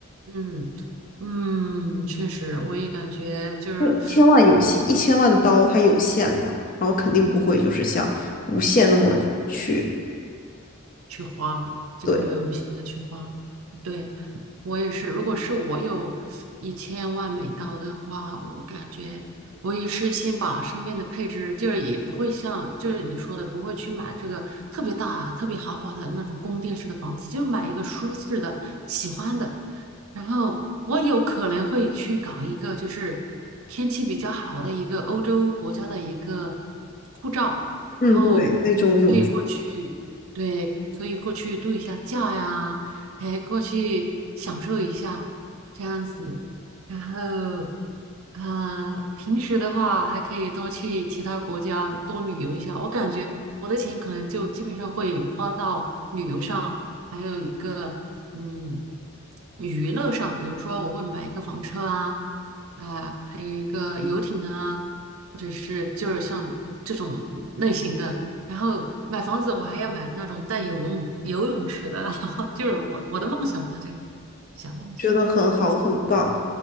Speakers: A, on the right; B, on the left.
A: 嗯嗯，确实，我也感觉就是
B: 因为一千万有限，一千万刀它有限嘛，然后肯定不会就是像无限那么去。
A: 去花了，就不会无限的去花了。
B: 对。
A: 对，我也是，如果是我有一千万美刀的话，我感觉我也是先把身边的配置，就是也不会像就是你说的，不会去买这个特别大、特别豪华的那种宫殿式的房子，就买一个舒适的、喜欢的。然后我有可能会去搞一个，就是天气比较好的一个欧洲国家的一个护照，
B: 嗯，
A: 然后
B: 对，那种永
A: 可以过去，对，可以过去度一下假呀，哎，过去享受一下这样子。然后，呃，平时的话还可以多去其他国家多旅游一下。我感觉我的钱可能就基本上会花到旅游上，还有一个。嗯，娱乐上，比如说我会买一个房车啊，啊，还有一个游艇啊，或者是就是像这种类型的。然后买房子，我还要买那种带游泳游泳池的，<laughs> 就是我我的梦想吧，就是小梦想东西，
B: 觉得很好，很棒。